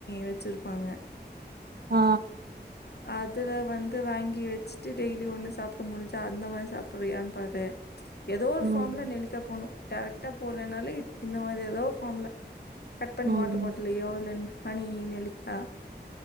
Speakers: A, on the left; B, on the right.
A: வச்சிருப்பாங்க
B: ஆ
A: அதுல வந்து வாங்கி வெச்சுட்டு டெய்லி ஒண்ணு சாப்டு முடிஞ்சா அந்த மாரி சாப்புட்றியான்னு பாரு ஏதோ ஒரு
B: ம்
A: ஃபார்ம்ல நெல்லிக்கா போணு டேரக்ட்டா போலேனாலே ப் இந்த மாரி எதோ ஃபார்ம்ல கட் பண்ணி
B: ம்
A: வாட்டர் பாட்டல்லயோ இல்ல ஹனி நெல்லிக்கா